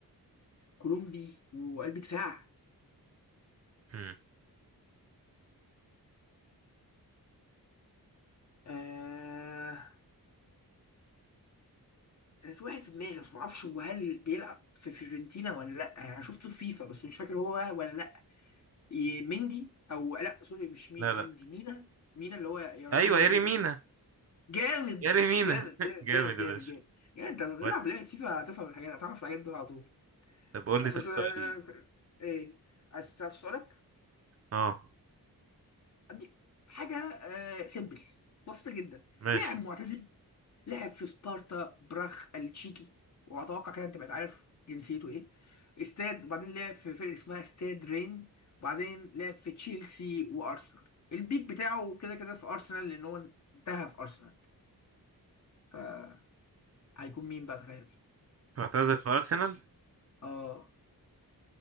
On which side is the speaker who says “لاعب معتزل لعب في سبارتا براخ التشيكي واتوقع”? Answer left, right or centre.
Left